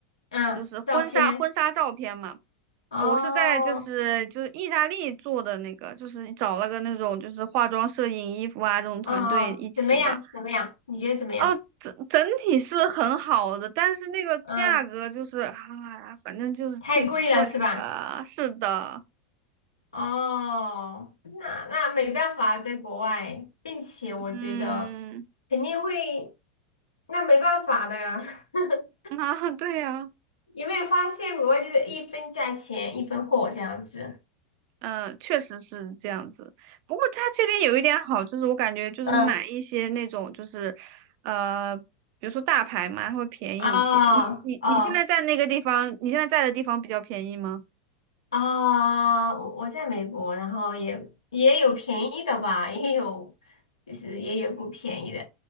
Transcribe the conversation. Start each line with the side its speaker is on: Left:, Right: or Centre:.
Left: 嗯，
Right: 就是婚纱婚纱照片嘛。
Left: 照片哦，
Right: 我是在就是就是意大利做的那个，就是找了个那种就是化妆、摄影、衣服啊这种团队一起嘛。
Left: 嗯嗯，怎么样？怎么样？你觉得怎么样？
Right: 哦，整整体是很好的，但是那个价格就是啊，
Left: 嗯，
Right: 反正就是挺贵的。
Left: 太贵了是吧？
Right: 是的，
Left: 哦，那那没办法啊，在国外，并且我觉得
Right: 嗯，
Left: 肯定会，那没办法的呀。<laughs>
Right: <laughs> 啊，对呀、
Left: 有没有发现国外就是一分价钱一分货这样子？
Right: 嗯，确实是这样子。不过它这边有一点好，就是我感觉就是买一些那种就是，
Left: 嗯，
Right: 呃，比如说大牌嘛，它会便宜一些。
Left: 哦哦，
Right: 你你你现在在那个地方，你现在在的地方比较便宜吗？
Left: 啊，我我在美国，然后也也有便宜的吧，也有就是也有不便宜的。